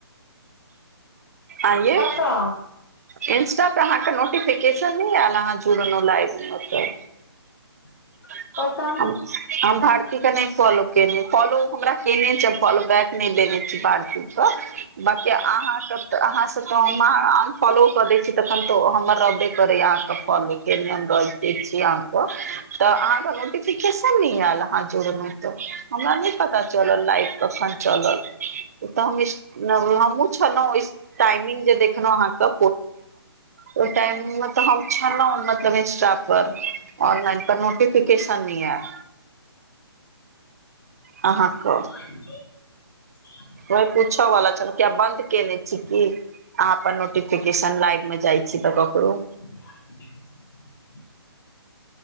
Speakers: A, on the right; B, on the left.
A: आंये
B: केतअ
A: इंस्टा पर अहाँ के नोटिफिकेशन नहि आयल अहाँ जुड़लहुँ लाइव मे तऽ
B: <inaudible>
A: <unintelligible>
B: नहि
A: हम भारती के नहि फॉलो केयने फॉलो हमरा उ केयने छै फॉलो बैक नहि देने छी भारतीे क बकी अहाँ क तऽ अहाँ से त अहाँ अनफॉलो क दे तखन तऽ हमर रहबे करैया अहाँके फल के हम र दे छी अहाँके तऽ अहाँ के नोटिफिकेशन नइ आयल अहाँ जोड़लो तऽ हमरा नहि पता चलल लाइक कखन चलल ओ तऽ हम हम हुँ छलहुँ ओहि टाइमिंग जे देखलहुँ अहाँ कऽ ओहि टाइम मे तऽ हम छलहुँ मतलब इंस्टा पर ऑनलाइन पर नोटिफिकेशन नै एल आहाँ क
B: <inaudible>
A: व पूछऽ वाला छलो किया बंद केने छी की अहाँ अपन नोटिफिकेशन लाइव मे जाय छी तऽ ककड़ो
B: <inaudible>